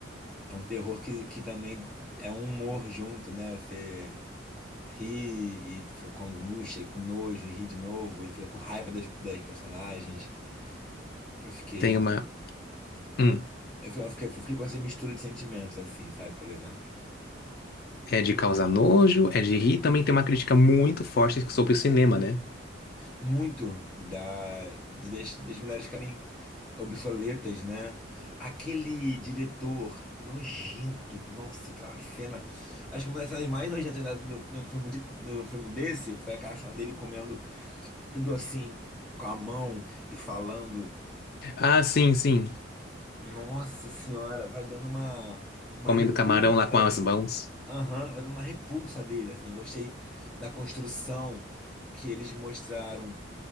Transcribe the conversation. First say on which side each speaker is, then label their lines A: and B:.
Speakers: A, in the centre; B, on the left.
A: É um terror que, que também é um humor junto, né? Você ri e fica com angústia e com nojo, e ri de novo, e fica com raiva das, das personagens. Eu fiquei.
B: Tem uma. hum,
A: Eu fi- eu fiquei, eu fiquei com essa mistura de sentimentos, assim, sabe? Por exemplo.
B: É de causar nojo, é de rir. Também tem uma crítica muito forte sobre o cinema, né?
A: Muito da, de, das, das mulheres ficarem obsoletas, né? Aquele diretor nojento, nossa, aquela cena. Acho que uma das cenas mais nojentas da- do, do filme de, do filme desse foi aquela cena dele comendo tudo assim, com a mão e falando.
B: Ah, sim, sim.
A: Nossa senhora, vai dando uma, uma
B: Comendo
A: repulsa
B: camarão lá com as
A: dele.
B: mãos.
A: Aham, vai dando uma repulsa dele, assim. Eu gostei da construção que eles mostraram,